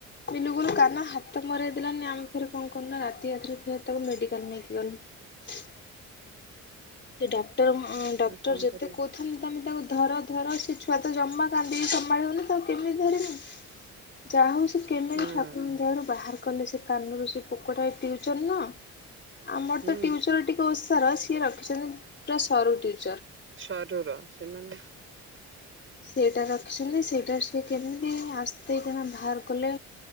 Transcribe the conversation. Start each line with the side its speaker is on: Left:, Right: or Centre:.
Left: ବିଲକୁଲ କାନ ହାତ ମରଇ ଦେଲାନି ଆମେ ଫେର କଣ କରୁନ ରାତିଥରେ ଫ ତାକୁ ମେଡିକାଲ ନେଇକି ଗନୁ ସେ ଡଟ ଡଟର ଡକ୍ଟର
Right: ଆଉ କଣ
Left: ଯେତେ
Right: କରିବା
Left: କହୁଥାନ୍ତି ତମେ ତାକୁ ଧର ଧର ସେ ଛୁଆ ତ ଜମା କାନ୍ଦିକି ସମ୍ଭାଳି ହଉନି ତଉ କେମିତି ଧରିମୁ ଯାହା ହଉ। ସେ କେମ
Right: ହଁ
Left: ବି ଠାକୁରଙ୍କ ଦେହରୁ ବାହାର କଲେ ସେ କାନରୁ ସେ ପୋକଟା ଉଚନ ନା ଆମର
Right: ହୁଁ
Left: ତ ଟଟିଉଚର ଟିକେ ଅ ସରସ ସ ରଖ ସେ ପୁରା ସରୁ ଉଠିଛି।
Right: ସରୁର ସେମାନେ
Left: ସେଇଟା ରଖିଛନ୍ତି ସେଇଟାରେ ସିଏ କେମିତି ଆସ କଣା ବାହାର କଲେ